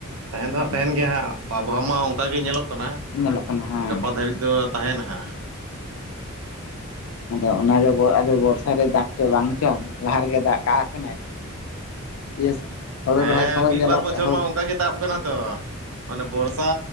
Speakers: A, on the right; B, on the left.
A: ᱛᱟᱦᱮᱸᱱ ᱫᱚ
B: ᱦᱩᱸ
A: ᱦᱟᱸᱜ ᱛᱟᱦᱮᱸᱱ ᱜᱮᱭᱟ ᱦᱟᱸᱜ ᱚᱵᱷᱟᱣ ᱢᱟ ᱚᱝᱠᱟ ᱜᱮ ᱧᱮᱞᱚᱜ ᱠᱟᱱᱟ᱾
B: ᱧᱮᱞᱚᱜ ᱠᱟᱱᱟ ᱦᱮᱸ
A: ᱜᱟᱯᱟ ᱫᱷᱟᱹᱨᱤᱡ ᱫᱚ ᱛᱟᱦᱮᱸᱱᱟ ᱦᱟᱸᱜ
B: ᱟᱫᱚ ᱚᱱᱟ ᱵᱚᱨᱥᱟ ᱨᱮ ᱫᱟᱜ ᱪᱚ ᱵᱟᱝ ᱪᱚᱝ ᱞᱟᱦᱟ ᱨᱮᱜᱮ ᱫᱟᱜ ᱠᱟᱜ ᱠᱟᱱᱟᱭ᱾ ᱤᱭᱟᱹ ᱦᱳᱲᱳ
A: ᱦᱮᱸ
B: ᱨᱚᱦᱚᱭ ᱥᱚᱢᱚᱭ
A: ᱢᱤᱫ
B: ᱧᱮᱞᱚᱜ
A: ᱵᱟᱨ ᱵᱚᱪᱷᱚᱨ
B: ᱦᱳᱲ
A: ᱢᱟ ᱚᱝᱠᱟ ᱜᱮ ᱛᱟᱵ ᱟᱠᱟᱱᱟ ᱛᱚ ᱢᱟᱱᱮ ᱵᱚᱨᱥᱟ